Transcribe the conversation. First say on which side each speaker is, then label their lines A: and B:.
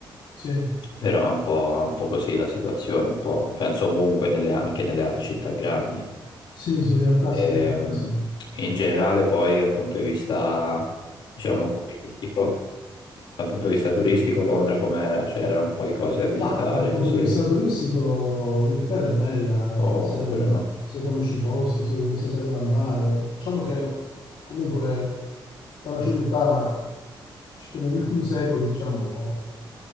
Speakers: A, on the left; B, on the left.
A: Sì,
B: Però è un po', un po' così la situazione, un po', penso ovunque, nelle- anche nelle altre città grandi.
A: sì, sì, in realtà
B: Ehm,
A: sì, in realtà sì.
B: in generale poi dal punto di vista, diciamo, turistico, dal punto di vista turistico Londra com'era? C'era un po' di cose da visitare
A: Ma dal punto
B: così,
A: di vista turistico, l'Inghilterra è bella,
B: oppure
A: se,
B: no?
A: se conosci i posti, se, se sai dove andare. Diciamo che comunque è una civiltà che negli ultimi secoli, diciamo,